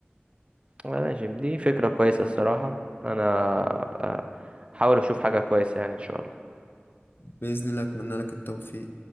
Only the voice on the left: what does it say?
بإذن الله أتمنى لك التوفيق